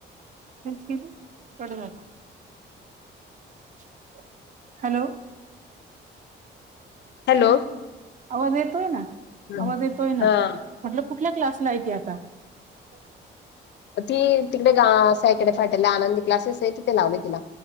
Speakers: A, on the right (about 40°); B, on the left (about 60°).
A: रेंज गेली कट झाला <inaudible> हॅलो
B: हॅलो
A: आवाज येतोय ना,
B: हं.
A: आवाज येतोय ना
B: हां
A: म्हटल कुठल्या क्लासला आहे ती आता? <inaudible>
B: ती तिकडे गा साइटडे फाट्याला आनंदी क्लासेस आहे, तिथे लावले तिला.